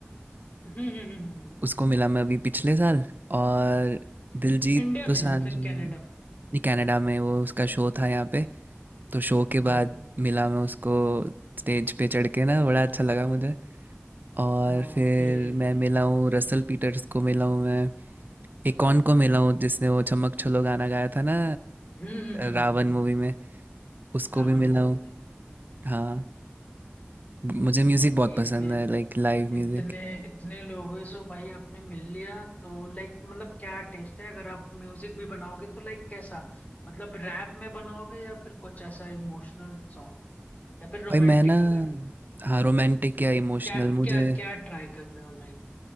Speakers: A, on the left; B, on the right.
A: हम्म हम्म हम्म हम्म, हम्म।
B: उसको मिला मैं अभी पिछले साल और दिलजीत
A: इंडिया
B: दोसांझ
A: में या फिर
B: भी-
A: कनाडा में
B: नहीं कनाडा में वो उसका शो था यहाँ पे तो शो
A: हम्म
B: के बाद
A: हम्म
B: मिला मैं उसको स्टेज पे चढ़ के ना बड़ा अच्छा लगा मुझे और
A: ओके
B: फिर मैं मिला हूँ रसल पीटर्स को मिला हूँ मैं एक कौन को मिला हूँ जिसने वो चमक छल्लो गाना गाया था ना
A: हम्म हम्म, हम्म,
B: रावण
A: हम्म,
B: मूवी में उसको
A: रावण
B: भी मिला
A: मूवी
B: हूँ
A: में
B: हाँ मुझे म्यूजिक
A: वाह
B: बहुत
A: भाई
B: पसंद
A: इतने
B: है लाइक लाइव म्यूजिक
A: इतने इतने लोगों से भाई आपने मिल लिया तो लाइक मतलब क्या टेस्ट है अगर आप म्यूजिक भी बनाओगे तो लाइक कैसा मतलब रैप में बनाओगे या फिर कुछ ऐसा इमोशनल सॉन्ग या फिर रोमांटिक
B: भाई मैं ना
A: वगैरह
B: हाँ रोमांटिक या इमोशनल
A: क्या
B: मुझे
A: क्या क्या ट्राई कर रहे हो लाइक